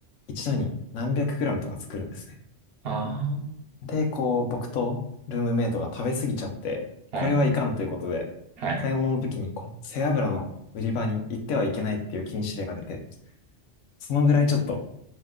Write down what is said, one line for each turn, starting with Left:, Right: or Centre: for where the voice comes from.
Left: 一度に何百グラムとか作るんですね。
Right: あ
Left: で、こう、僕とルームメイトが食べ過ぎちゃって、
Right: あ、
Left: これはいかんということで、
Right: はい。はい。
Left: 買い物の時にこう、背脂の売り場に行ってはいけないっていう禁止令が出て、そのぐらいちょっと